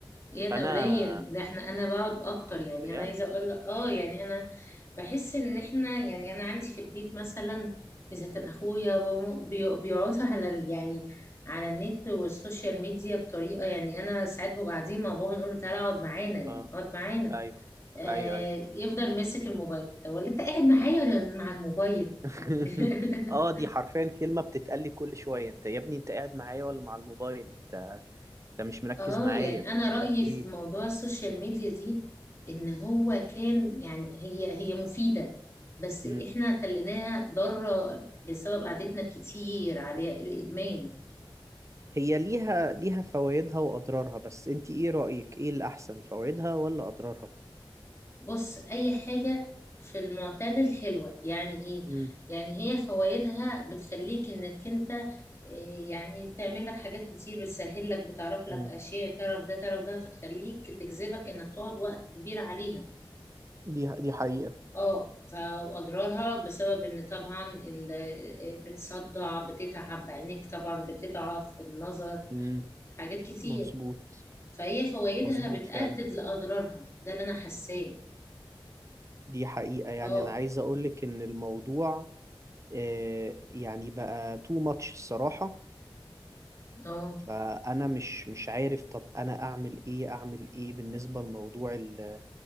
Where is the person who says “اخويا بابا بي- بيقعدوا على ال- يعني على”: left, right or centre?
Left